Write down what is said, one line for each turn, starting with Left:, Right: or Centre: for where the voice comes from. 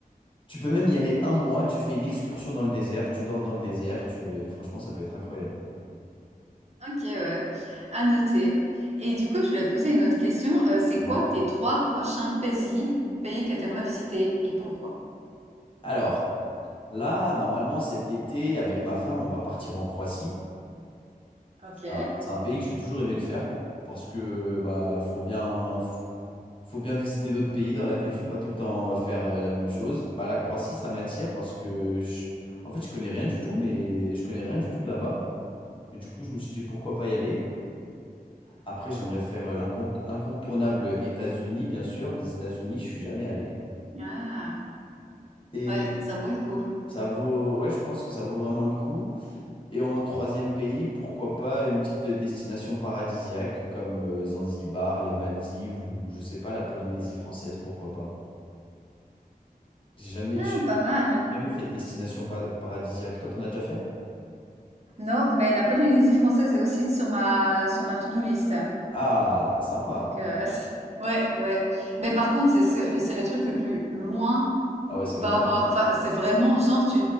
Left: Tu peux même y aller un mois, tu fais une excursion dans le désert, tu dors dans le désert, tu... et franchement, ça peut être incroyable.
Right: Ok, ouais, à noter. Et du coup, je voulais te poser une autre question. Euh, c'est
Left: Moi.
Right: quoi tes trois prochains pays, pays que tu aimerais visiter et pourquoi?
Left: Alors, là, normalement, cet été, avec ma femme, on va partir en Croatie.
Right: Ok.
Left: C'est un, c'est un pays que j'ai toujours aimé de faire, parce que bah, faut bien, f- faut bien visiter d'autres pays dans la vie, faut pas tout le temps faire euh, la même chose. Bah, la Croatie, ça m'attire parce que, je- en fait, je connais rien du tout, mais je connais rien du tout de là-bas. Et du coup, je me suis dit, pourquoi pas y aller? Après, j'aimerais faire euh, l'incont- l'incontournable États-Unis, bien sûr. Les États-Unis, je suis jamais allé.
Right: Ah,
Left: Et
Right: ouais, ça vaut le coup.
Left: ça vaut, ouais, je pense que ça vaut vraiment le coup. Et en troisième pays, pourquoi pas une petite destination paradisiaque comme euh, Zanzibar, les Maldives ou je sais pas, la Polynésie française, pourquoi pas. J'ai jamais,
Right: Ah,
Left: j'ai
Right: pas mal.
Left: jamais fait de destination pa- paradisiaque. Toi, t'en as déjà fait?
Right: Non, mais la Polynésie française est aussi sur ma sur ma to-do list.
Left: Ah, sympa.
Right: Donc, euh, <laughs> c'est- ouais, ouais. Mais par contre, c'est ce- c'est le truc le plus loin
Left: Ah ouais, c'est vraiment
Right: par rapport
Left: le...
Right: à, enfin, c'est vraiment, genre, tu,